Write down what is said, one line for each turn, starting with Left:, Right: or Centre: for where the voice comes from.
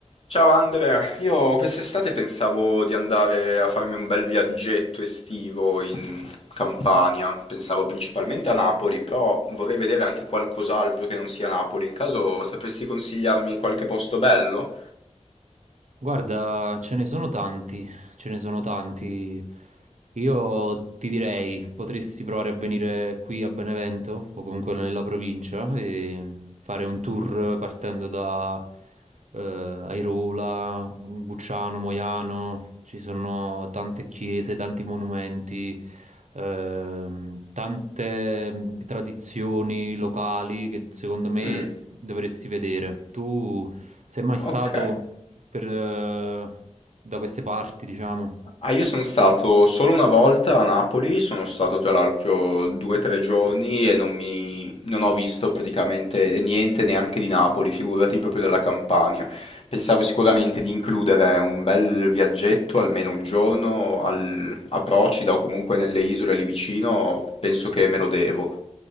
Left: Ciao Andrea, io quest'estate pensavo di andare a farmi un bel viaggetto estivo in Campania, pensavo principalmente a Napoli, però vorrei vedere anche qualcos'altro che non sia Napoli, in caso sapresti consigliarmi qualche posto bello?
Right: Guarda, ce ne sono tanti, ce ne sono tanti. Io ti direi, potresti provare a venire qui a Benevento o comunque nella provincia e fare un tour partendo da eh, Airola, Bucciano, Moiano. Ci sono tante chiese, tanti monumenti, ehm, tante mm, tradizioni locali che secondo me
Left: Mm,
Right: dovresti vedere. Tu sei mai stato
Left: ok.
Right: per, eh, da queste parti, diciamo.
Left: Ah, io sono stato solo una volta a Napoli, sono stato tra l'altro due o tre giorni e non mi, non ho visto praticamente niente neanche di Napoli, figurati proprio della Campania. Pensavo sicuramente di includere un bel viaggetto, almeno un giorno al- a Procida o comunque nelle isole lì vicino, penso che me lo devo.